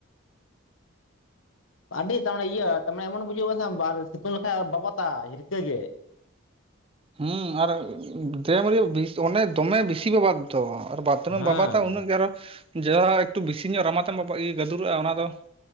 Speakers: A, on the left (about 85°); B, on the right (about 30°).
A: ᱟᱹᱰᱤ ᱛᱟᱨᱢᱥᱱᱮ ᱤᱭᱟ ᱛᱟᱨᱢᱟᱱᱮ ᱮᱢᱚᱱ ᱵᱩᱡᱩᱜᱼᱟ ᱥᱮ ᱥᱤᱛᱩᱝ ᱞᱮᱠᱷᱟᱱᱡ ᱵᱟᱵᱟᱛᱟᱭ ᱦᱤᱨᱠᱟᱹ ᱜᱮ᱾
B: ᱦᱩᱸ ᱟᱨ ᱫᱮᱢᱟᱹᱨᱭᱟᱹ ᱚᱸᱰᱮ ᱫᱚᱢᱮ ᱵᱮᱥᱤ ᱵᱟᱵᱟᱛ ᱾ ᱛᱚ
A: ᱦᱮᱸ
B: ᱵᱟᱵᱟᱛᱟ ᱩᱱᱟᱹᱜ ᱜᱮ ᱟᱨᱚ ᱡᱟᱦᱟᱸ ᱮᱠᱴᱩ ᱵᱮᱥᱤ ᱧᱚᱜ ᱨᱟᱢᱟ ᱛᱮᱢ ᱵᱟ ᱜᱟᱹᱫᱩᱨᱚᱜᱼᱟ ᱚᱱᱟ ᱫᱚ